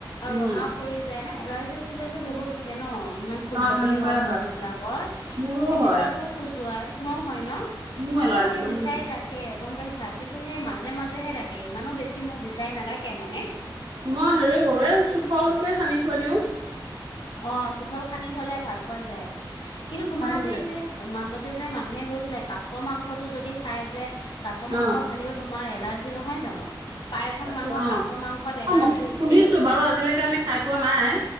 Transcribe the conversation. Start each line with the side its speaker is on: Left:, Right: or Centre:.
Left: আৰু
Right: উম
Left: ৰ ৰঙা পৰি যায় ন এলাৰ্জি উঠিলেতো বহুত উঠে ন ইমান খুজতি
Right: অ তেনেকুৱাই
Left: হয় মানুহ বিলাকৰ
Right: মোৰো
Left: সেই বিচাটোও
Right: হয়
Left: খোজোৱা তোমাৰো হয় ন
Right: মোৰ
Left: মোকো
Right: এলাৰ্জি
Left: সেই
Right: উম
Left: বিচাই ডাকে গম পাইছা কিন্তু সেই মাজে মাজেহে তাকে ইমানো বেছি মোক বিচাৰে নেদাকে মানে।
Right: মই হেৰি কৰো এই চোঠলটোকে খান্দি থৈ দিও
Left: অ 'চোঠল খান্দি থলে ভাল পোৱা যায় কিন্তু তোমাৰ
Right: ভাল হৈ
Left: যে
Right: যায়
Left: যে ম মাজতে যে মানুহে গৈছিলে কাছ মাংসতটো যদি খাই যে কাছ মাংস
Right: অ
Left: খালেও তোমাৰ এলাৰ্জি নহয় জানো প্ৰাইভাগ
Right: তাকে
Left: মানুহৰ
Right: অ
Left: কাছ মাংসত এলাৰ্জি
Right: অ মই
Left: উঠে
Right: শুনিছো বাৰু আজিলৈকে আমি খাই পোৱা নাই